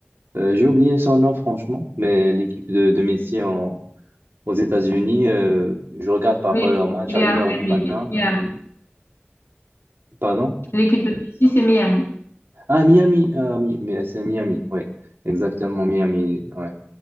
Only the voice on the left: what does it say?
Oui,
il
est
à
Miami.
Miami.
L'équipe de Messi, c'est Miami.